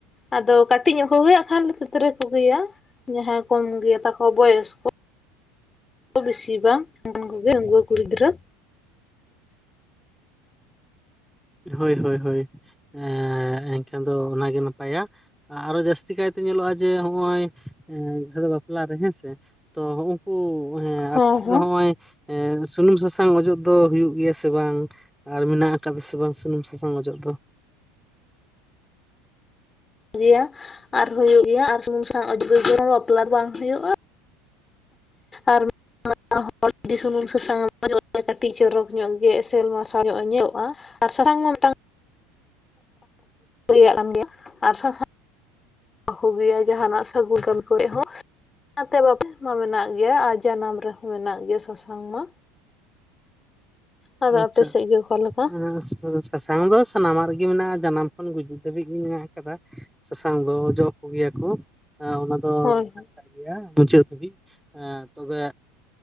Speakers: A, on the left; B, in the centre.
A: ᱟᱫᱚ ᱠᱟᱴᱤᱡ ᱧᱚᱜ ᱠᱚᱜᱮ ᱦᱟᱸᱜ ᱠᱷᱟᱱ ᱫᱚ ᱛᱤᱛᱨᱤ ᱠᱚ ᱜᱮᱭᱟ, ᱡᱟᱦᱟᱸᱭ ᱠᱚᱢ ᱜᱮᱭᱟ ᱛᱟᱠᱚ ᱵᱚᱭᱮᱥ ᱠᱚ᱾ ᱠᱚ ᱵᱤᱥᱤ ᱵᱟᱝ ᱚᱱᱠᱟᱱ ᱠᱚᱜᱮ ᱩᱱᱠᱩ ᱠᱩᱲᱤ ᱜᱤᱫᱽᱨᱟᱹ᱾
B: ᱦᱳᱭ ᱦᱳᱭ ᱦᱳᱭ ᱮᱸ ᱮᱱᱠᱷᱟᱱ ᱫᱚ ᱚᱱᱟᱜᱮ ᱱᱟᱯᱟᱭᱟ᱾ ᱟᱨᱚ ᱡᱟᱹᱥᱛᱤ ᱠᱟᱭᱛᱮ ᱧᱮᱞᱚᱜᱼᱟ ᱡᱮ ᱦᱚᱸᱜ-ᱚᱭ ᱡᱟᱦᱟᱸ ᱫᱚ ᱵᱟᱯᱞᱟ‌ ᱨᱮ ᱦᱮᱸ ᱥᱮ᱾ ᱛᱚ ᱦᱩ-ᱩᱸᱝ ᱠᱩ ᱦᱮᱸ
A: ᱦᱚᱸ
B: ᱟᱯᱮ ᱥᱮᱫ
A: ᱦᱚᱸ
B: ᱫᱚ ᱦᱚᱸᱜᱼᱚᱭ ᱮᱸ ᱥᱩᱱᱩᱢ ᱥᱟᱥᱟᱝ ᱚᱡᱚᱜ ᱫᱚ ᱦᱩᱭᱩᱜ ᱜᱮᱭᱟ ᱥᱮ ᱵᱟᱝ ᱟᱨ ᱢᱮᱱᱟᱜ ᱟᱠᱟᱫᱟ ᱥᱮ ᱥᱮ ᱵᱟᱝ ᱥᱩᱱᱩᱢ ᱥᱟᱥᱟᱝ ᱚᱡᱚᱜ ᱫᱚ
A: ᱜᱮᱭᱟ ᱟᱨ ᱦᱩᱭᱩᱜ ᱜᱮᱭᱟ ᱟᱨ ᱥᱩᱱᱩᱢᱥᱟᱥᱟᱝ ᱚᱡᱚᱜ ᱵᱮᱜᱚᱨ ᱢᱟ ᱵᱟᱯᱞᱟ ᱫᱚ ᱵᱟᱝ ᱦᱩᱭᱩᱜᱼᱟ᱾ ᱟᱨ <unintelligible> ᱦᱚᱲ ᱡᱩᱫᱤ ᱥᱩᱱᱩᱢ ᱥᱟᱥᱟᱝ ᱮᱢ ᱚᱡᱚᱜ ᱟᱭᱟ ᱠᱟᱹᱴᱤᱡ ᱪᱚᱨᱚᱠ ᱧᱚᱜ ᱜᱮ ᱮᱥᱮᱞ ᱢᱟᱨᱥᱟᱞ ᱧᱚᱜ ᱮ ᱧᱮᱞᱚᱜᱼᱟ᱾ ᱟᱨ ᱥᱟᱥᱟᱝ ᱢᱟ ᱢᱤᱫᱴᱟᱝ ᱞᱟᱹᱭᱟᱜ ᱠᱟᱱ ᱜᱮᱭᱟ ᱟᱨ ᱥᱟᱥᱟᱝ <unintelligible> ᱡᱟᱦᱟᱱᱟᱜ ᱥᱟᱹᱜᱩᱱ ᱠᱟᱹᱢᱤ ᱠᱚᱨᱮᱜ ᱦᱚᱸ᱾ ᱚᱱᱟᱛᱮ ᱵᱟᱯᱞᱟ ᱢᱟ ᱢᱮᱱᱟᱜ ᱜᱮᱭᱟ ᱟᱨ ᱡᱟᱱᱟᱢ ᱨᱮᱦᱚᱸ ᱢᱮᱱᱟᱜ ᱜᱮᱭᱟ ᱥᱟᱥᱟᱝ ᱫᱚ᱾ ᱟᱫᱚ
B: ᱟᱪᱪᱷᱟ
A: ᱟᱯᱮ ᱥᱮᱫ ᱜᱮ ᱚᱠᱟ ᱞᱮᱠᱟ?
B: <unintelligible> ᱥᱟᱥᱟᱝ ᱫᱚ ᱥᱟᱱᱟᱢᱟᱜ ᱨᱮᱜᱮ ᱢᱮᱱᱟᱜᱼᱟ᱾ ᱡᱟᱱᱟᱢ ᱠᱷᱚᱱ ᱜᱩᱡᱩᱜ ᱫᱷᱟᱹᱵᱤᱡ ᱜᱮ ᱢᱮᱱᱟᱜ ᱟᱠᱟᱫᱟ᱾ ᱥᱟᱥᱟᱝ ᱫᱚ ᱚᱡᱚᱜ ᱠᱚᱜᱮᱭᱟ ᱠᱚ ᱟ ᱚᱱᱟ ᱫᱚ
A: ᱦᱳᱭ
B: ᱢᱮᱱᱟᱜ
A: ᱦᱳᱭ᱾
B: ᱟᱠᱟᱫ ᱢᱩᱪᱟᱹᱫ ᱫᱷᱟᱹᱵᱤᱡ ᱮᱸ ᱛᱚᱵᱮ